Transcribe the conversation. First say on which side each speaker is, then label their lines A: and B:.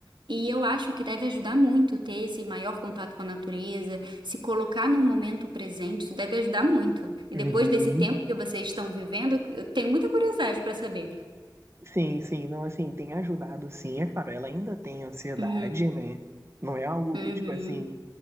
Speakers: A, on the right (about 80°); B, on the right (about 35°).
A: E eu acho que deve ajudar muito ter esse maior contato com a natureza, se colocar no momento presente, isso deve ajudar muito. E
B: uhum.
A: depois desse tempo que vocês estão vivendo, eu tenho muita curiosidade para saber.
B: Sim, sim, não, assim, tem ajudado sim, é claro, ela ainda tem ansiedade,
A: Uhum,
B: né? Não é algo
A: uhum,
B: que, tipo assim,